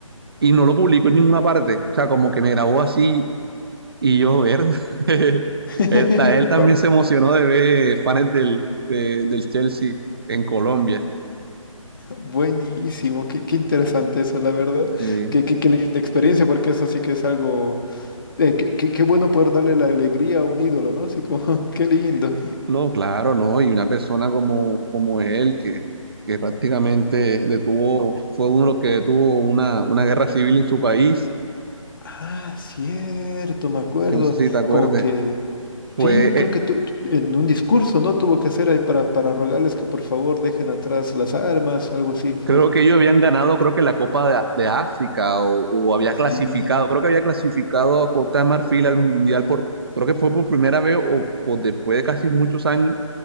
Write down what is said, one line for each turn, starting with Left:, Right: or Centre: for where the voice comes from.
Right: y no lo publicó en ninguna parte. O sea, como que me grabó así y yo, ver, <laughs>
Left: <laughs>
Right: él, ta- él también
Left: Pa-
Right: se emocionó de ver fans del, de- del Chelsea en Colombia.
Left: Buenísimo, qué, qué interesante eso, la verdad.
Right: Sí.
Left: Qué, qué, qué linda experiencia, porque eso sí que es algo... eh, qué, qué- qué bueno poder darle la alegría a un ídolo, ¿no? Así como, <laughs> qué lindo.
Right: No, claro, no. Y una persona como, como él, que, que prácticamente
Left: Mm.
Right: detuvo, fue uno de los que detuvo una, una guerra civil en su país.
Left: Ah, cierto, me acuerdo.
Right: si no sé si te acuerdes,
Left: Como que,
Right: fue,
Left: sí, creo
Right: eh,
Left: que tu- tu- en un discurso, ¿no? Tuvo que hacer ahí para, para rogarles que por favor dejen atrás las armas, algo así fue.
Right: creo que ellos habían ganado, creo que la Copa de, de África o, o había clasificado,
Left: Sí.
Right: creo que había clasificado a Costa de Marfil al Mundial por, creo que fue por primera vez o, o después de casi muchos años